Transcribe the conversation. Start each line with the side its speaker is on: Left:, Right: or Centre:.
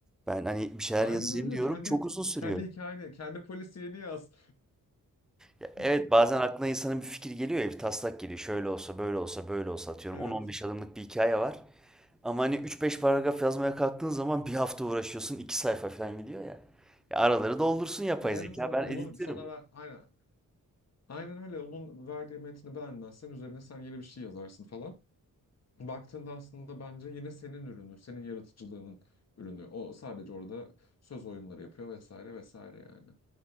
Centre: Ben hani bir şeyler
Left: Aynen
Centre: yazayım
Left: öyle
Centre: diyorum
Left: kendi
Centre: çok uzun sürüyor.
Left: kendi hikayeni kendi polisiyeni yaz.
Centre: Ya evet
Left: <laughs>
Centre: bazen aklına insanın bir fikir geliyor ya bir taslak geliyor. Şöyle olsa böyle olsa böyle olsa atıyorum.
Left: Evet.
Centre: On on beş adımlık bir hikaye var. Ama hani üç beş paragraf yazmaya kalktığın zaman bir hafta uğraşıyorsun, 2 sayfa falan gidiyor ya. Ya araları doldursun yapay
Left: Ya
Centre: zeka,
Left: en azından
Centre: ben
Left: onun
Centre: editlerim.
Left: sana ver, aynen aynen öyle onun verdiği metni beğenmezsen üzerine sen yeni bir şey yazarsın falan. Baktığında aslında bence yine senin ürünü, senin yaratıcılığının ürünü. O sadece orada söz oyunları yapıyor vesaire vesaire yani.